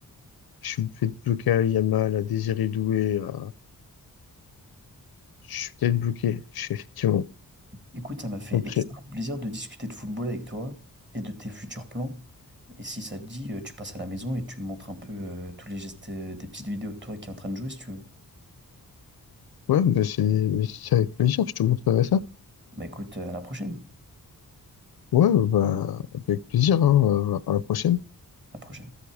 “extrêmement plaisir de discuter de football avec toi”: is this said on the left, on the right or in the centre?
Right